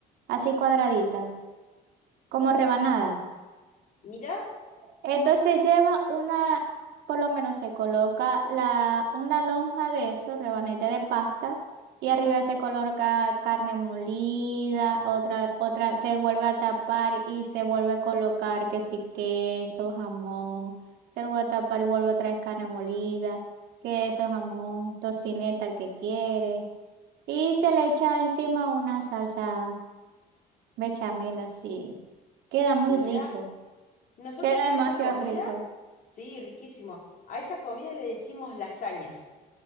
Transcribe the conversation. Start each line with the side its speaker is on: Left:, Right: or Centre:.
Right: así cuadraditas, como rebanadas.
Left: Mira,
Right: Entonces lleva una, por lo menos se coloca la, una lonja de eso, rebanete de pasta, y arriba se coloca carne molida, otra, otra se vuelve a tapar y se vuelve a colocar que sí queso, jamón, se vuelve a tapar y vuelve a traer carne molida, queso, jamón, tocineta, el que quiere, y se le echa encima una salsa bechamel así. Queda muy
Left: mira,
Right: rico,
Left: nosotros
Right: queda demasiado
Left: a esa comida,
Right: rico.
Left: sí, riquísimo. A esa comida le decimos lasaña.